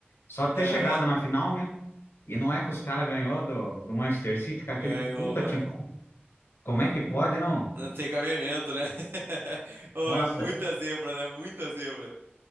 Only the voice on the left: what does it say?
só de
ter
chegado na final, né? E não é que os caras ganhou do, do Manchester City, com aquele
puta
time. Como é que pode, não?
Nossa,